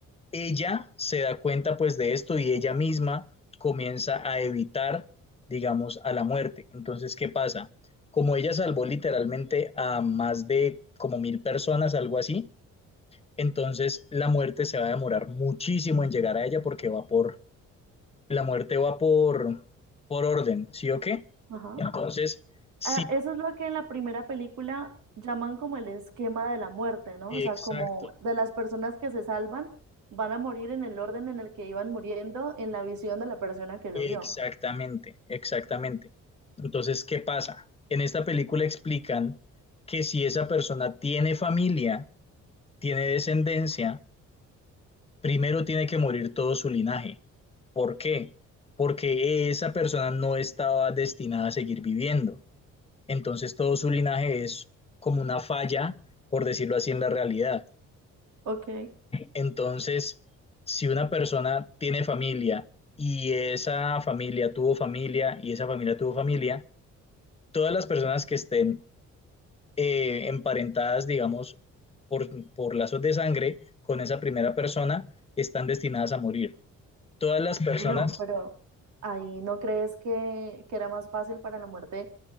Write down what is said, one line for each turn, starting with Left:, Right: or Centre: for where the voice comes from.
Left: ella se da cuenta pues de esto y ella misma comienza a evitar, digamos, a la muerte. Entonces, ¿qué pasa? Como ella salvó literalmente a más de como mil personas, algo así, entonces la muerte se va a demorar muchísimo en llegar a ella porque va por la muerte va por, por orden, ¿sí o qué?
Right: Ajá.
Left: Entonces, sí,
Right: Ah, eso es lo que en la primera película llaman como el esquema de la muerte, ¿no?
Left: exacto,
Right: O sea, como de las personas que se salvan van a morir en el orden en el que iban muriendo en la visión de la persona que lo
Left: exactamente,
Right: vio.
Left: exactamente. Entonces, ¿qué pasa? En esta película explican que si esa persona tiene familia, tiene descendencia, primero tiene que morir todo su linaje. ¿Por qué? Porque esa persona no estaba destinada a seguir viviendo. Entonces, todo su linaje es como una falla, por decirlo así, en la realidad
Right: Ok.
Left: Entonces, si una persona tiene familia y esa familia tuvo familia y esa familia tuvo familia, todas las personas que estén eh, emparentadas, digamos, por, por lazos de sangre con esa primera persona están destinadas a morir. Todas las <laughs> personas,
Right: Bueno, pero ahí no crees que, que era más fácil para la muerte,